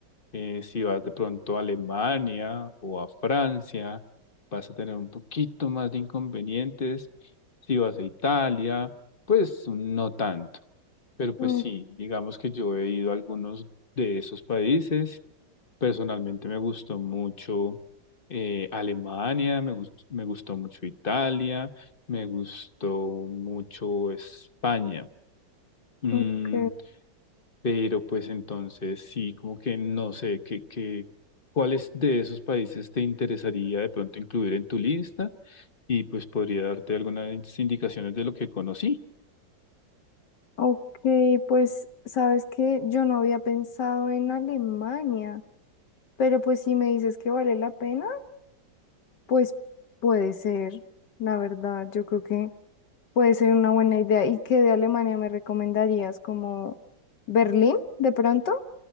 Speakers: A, on the left; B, on the left.
A: Eh, si vas de pronto a Alemania o a Francia, vas a tener un poquito más de inconvenientes. Si vas a Italia, pues no tanto. Pero pues
B: Mm,
A: sí, digamos que yo he ido a algunos de esos países. Personalmente me gustó mucho eh, Alemania, me gust me gustó mucho Italia, me gustó mucho España. Mm,
B: Ok.
A: pero pues entonces sí, como que no sé, qué qué- ¿cuáles de esos países te interesaría de pronto incluir en tu lista? Y pues podría darte algunas indicaciones de lo que conocí.
B: Ok, pues sabes que yo no había pensado en Alemania, pero pues si me dices que vale la pena. Pues puede ser, la verdad, yo creo que puede ser una buena idea. ¿Y qué de Alemania me recomendarías? ¿Como Berlín, de pronto?